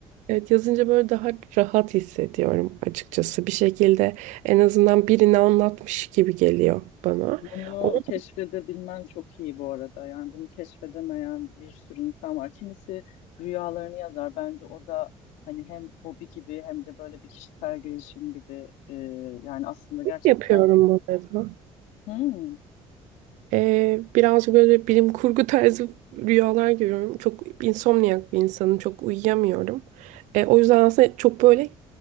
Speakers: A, on the right; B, on the left.
A: evet yazınca böyle daha rahat hissediyorum açıkçası. Bir şekilde en azından birini anlatmış gibi geliyor bana.
B: Bunu
A: Onu
B: keşfedebilmen çok iyi bu arada. Yani bunu keşfedemeyen bir sürü insan var. Kimisi rüyalarını yazar. Bence o da hani hem hobi gibi hem de böyle bir kişisel gelişim gibi. e, yani aslında gerçekten
A: yapıyorum bu arada.
B: Hmm.
A: Ee, birazcık böyle bilim kurgu <laughs> tarzı rüyalar görüyorum. Çok insomniyak bir insanım. Çok uyuyamıyorum. Ee, o yüzden aslında çok böyle